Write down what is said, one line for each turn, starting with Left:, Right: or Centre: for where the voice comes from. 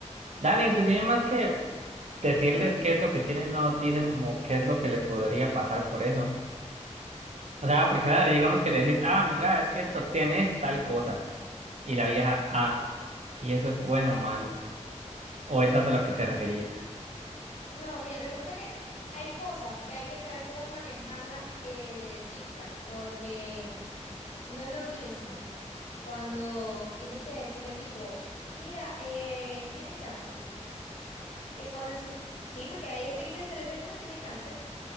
Right: Dale, inclusive más que decirles
Left: Ajá.
Right: qué es lo que tienen, no dices como qué es lo que le podría pasar por eso. O sea, porque dale, digamos que le decís, ah, mira, es que esto tienes tal cosa. Y la vieja, ah, ¿y eso es bueno o malo? ¿O es eso a lo que te referís?
Left: No, mira, lo que pasa es que hay cosas que hay que saber cómo manejarla, eh, de decírselas, porque no es lo mismo cuando tienes que decirle tipo, mira, eh, tienes cáncer, que cuando dice, sí, porque hay gente que se, se le dice, no, tiene cáncer.